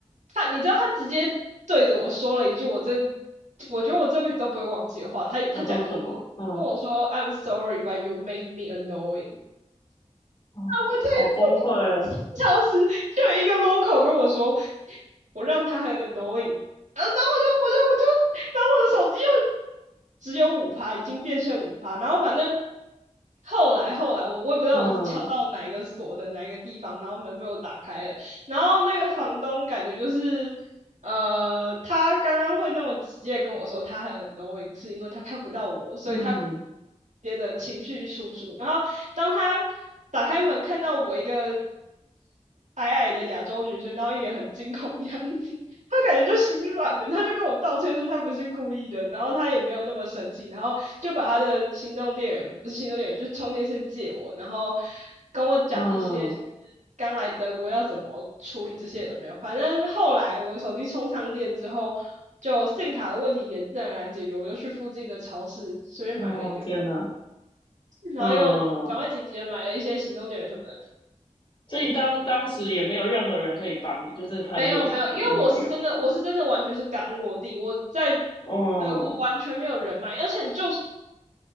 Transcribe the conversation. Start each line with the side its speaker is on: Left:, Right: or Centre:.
Right: 她你知道她直接对着我说了一句，我真我觉得我这辈子都不会忘记的话。她她讲英文跟我说：“I'm
Left: 他说什么？嗯
Right: sorry, but you make me annoying。”
Left: 啊，
Right: 啊，我才过三小时，
Left: 好崩溃。
Right: 就有一个 local 跟我说我让他很 annoying。呃然后我就我就我就然后我的手机又只有五趴，已经变剩五趴，然后反正后来后来我我也不知道我是敲到哪一个锁的哪一个地方，
Left: 嗯
Right: 然后门被我打开了，然后那个房东感觉就是呃，他刚刚会那么直接跟我说他很 annoying，是因为他看不到我，所以他直
Left: 嗯
Right: 接的情绪输出，然后当他打开门看到我一个。矮矮的亚洲女生，然后一脸很惊恐的样子，他感觉就心软了，他就跟我道歉说他不是故意的，然后他也没有那么生气，然后就把他的行动电源不是行动电源，就充电线借我，然后跟我讲一些就是
Left: 嗯，
Right: 刚来德国要怎么处理这些都没有。反正后来我的手机充上电之后，就 SIM 卡的问题也自然而然解决，我就去附近的超市随便买了一个，
Left: 哦天哪，
Right: 然后又赶快紧急的买了一些行动电源什么的。
Left: 嗯，所以你当当时也没有任何人可以帮你，就是朋友什么的也都没有。
Right: 没有没有，因为我是真的，我是真的完全是刚落地，我在
Left: 嗯，
Right: 德国完全没有人脉，而且你就是